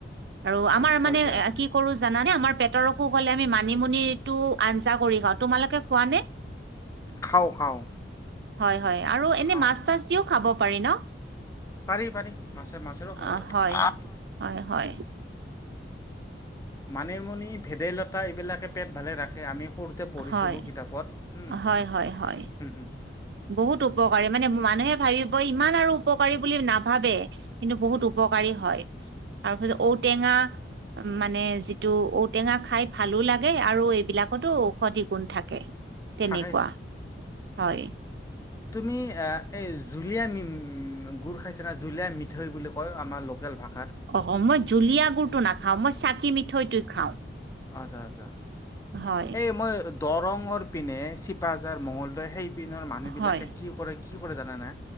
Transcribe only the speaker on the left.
হয়
দিয়া।
খাওঁ খাওঁ।
খাওঁ।
পাৰি পাৰি মাছে মাছেৰে খাব
পাৰি।
মানিমুনি, ভেদাইলতা এইবিলাকে পেট ভালে ৰাখে। আমি সৰুতে পঢ়িছিলো
কিতাপত হম
হ হ।
থাকে
তুমি এ এই জুলীয়া গুুৰ খাইছ না জুলীয়া মিঠৈ বুলি কয় আমাৰ লোকেল ভাষা -
আ আ
এই মই <unintelligible> দৰঙৰ পিনে চিপাঝাৰ মঙলদৈ সেই পিনৰ মানুহবিলাকে
কি কৰে কি কৰে জানেনা?